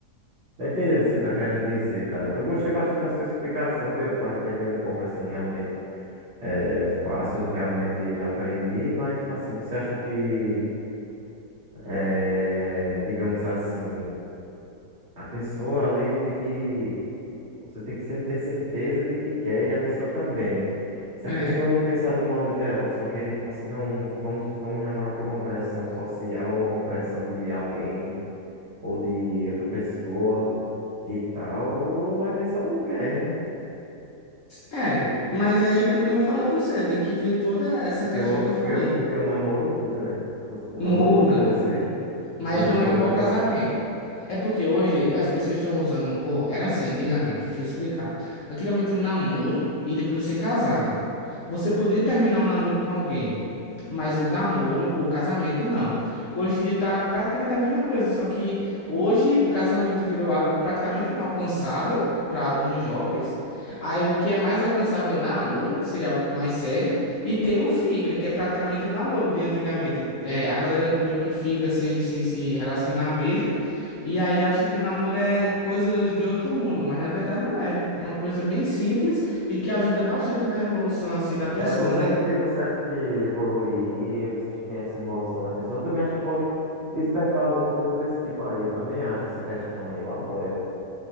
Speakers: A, on the right; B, on the left.
A: Tá entendendo o que você tá querendo dizer, cara. Eu gostei bastante da sua explicação, deu pra entender um pouco assim, realmente. É, os passos realmente aprendi, mas tipo assim, você acha que, é, digamos assim, a pessoa ali tem que, você tem que ser- ter certeza de que quer e a pessoa também. Se
B: É.
A: a pessoa não pensar do modo geral, de só querer, tipo assim, não, vamos, vamos namorar por uma pressão social ou uma pressão de alguém ou de outra pessoa e tal, ou vai ver se ela não quer, né?
B: É, mas aí é o que eu não falei a você, tem que ver toda essa
A: Porque,
B: questão
A: o-
B: que eu
A: porque,
B: falei.
A: o- porque o namoro muda, né? O, o
B: Muda.
A: namoro muda você
B: é. Mas
A: e o namoro
B: não é igual
A: também
B: casamento.
A: muda.
B: É porque hoje as pessoas estão usando. Ou, era assim antigamente, deixa eu explicar. Antigamente tinha um namoro e depois você casava. Você podia terminar o namoro com alguém, mas o namoro, o casamento, não. Hoje em dia tá praticamente a mesma coisa, só que hoje o casamento virou algo praticamente inalcançável para alguns jovens. Aí o que é mais alcançável, namoro, que seria algo mais sério. E tem o fica, que é praticamente o namoro de antigamente. É, a galera meio que fica sem, sem se relacionar mesmo. E aí acha que o namoro é coisas de outro mundo, mas na verdade não é. É uma coisa bem simples e que ajuda bastante na evolução assim da pessoa,
A: É, você
B: né?
A: acha que você acha que evoluiria? Você acha que tem essa evolução da pessoa? Eu também acho que pode despertar alguma coisa desse tipo aí. Eu também acho essa questão aí. Eu apoio.